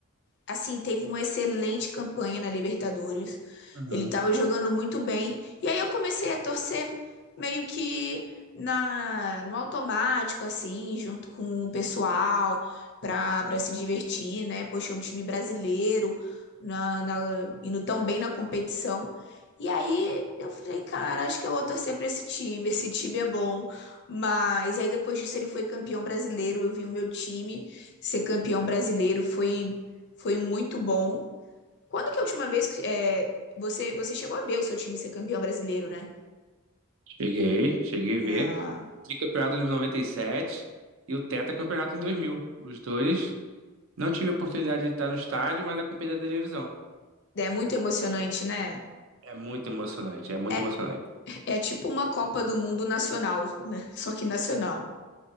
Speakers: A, on the left; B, on the right.
A: assim, teve uma excelente campanha na Libertadores.
B: Uhum.
A: Ele estava jogando muito bem. E aí eu comecei a torcer meio que na, no automático, assim, junto com o pessoal, pra, pra se divertir, né? Poxa, é um time brasileiro, na, na, indo tão bem na competição. E aí eu falei, cara, acho que eu vou torcer pra esse time, esse time é bom. Mas aí depois disso ele foi campeão brasileiro, eu vi o meu time ser campeão brasileiro, foi foi muito bom. Quando que é a última vez que é, você, você chegou a ver o seu time ser campeão brasileiro, né?
B: Cheguei, cheguei a ver.
A: Ah,
B: O tricampeonato de 97 e sete e o tetracampeonato em 2000. Os dois. Não tive a oportunidade de estar no estádio, mas acompanhei da televisão.
A: é muito emocionante, né?
B: É muito emocionante, é muito
A: É,
B: emocionante.
A: é tipo uma Copa do Mundo nacional, né? <laughs> Só que nacional.